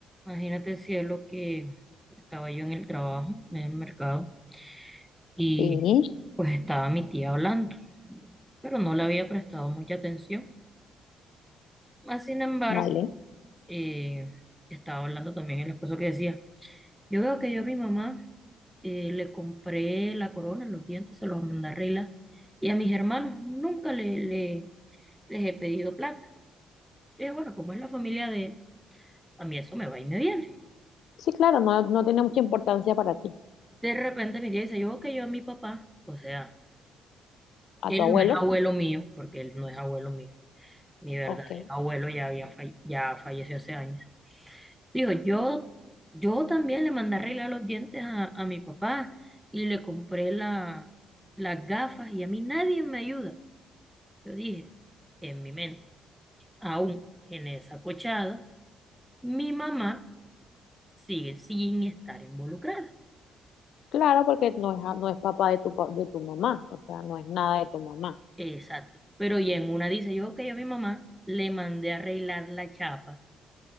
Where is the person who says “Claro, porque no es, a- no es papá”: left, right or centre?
Left